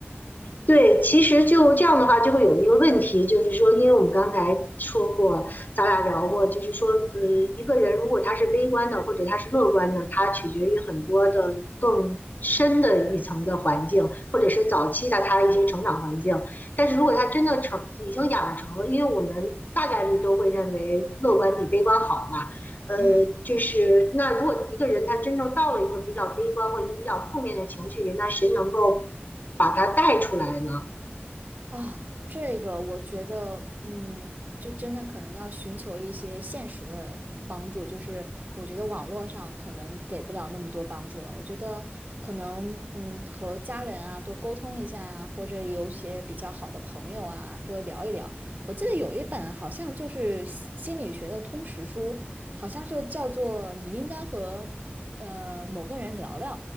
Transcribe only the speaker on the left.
对，其实就这样的话，就会有一个问题，就是说，因为我们刚才说过，咱俩聊过，就是说，呃，一个人如果他是悲观的，或者他是乐观的，他取决于很多的更深的一层的环境，或者是早期的他的一些成长环境。但是如果他真的成已经养成了，因为我们大概率都会认为乐观比悲观好嘛，呃，
就是那如果一个人他真正到了一个比较悲观或一个比较负面的情绪里，那谁能够把他带出来呢？